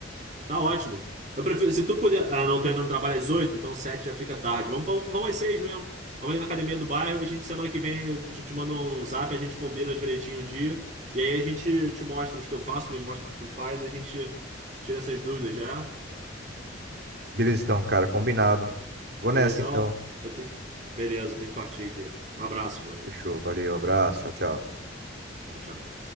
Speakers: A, on the right; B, on the right.
A: Tá ótimo. Eu prefiro. Se tu puder. Ah, não, tu entra no trabalho às 8, então 7 já fica tarde. Vamos, vamos, vamos às 6 mesmo. Vamos ali na academia do bairro e a gente, semana que vem, eu te mando um zap, a gente combina direitinho o dia. E aí a gente te mostra os que eu faço, me mostra o que tu faz e a gente tira essas dúvidas, já é?
B: Beleza, então, cara, combinado. Vou
A: Belezão?
B: nessa, então.
A: Eu tenho que... Beleza, eu tenho que partir aqui. Um abraço, Bruno.
B: Fechou. Valeu, abraço. Tchau, tchau.
A: Tchau, tchau.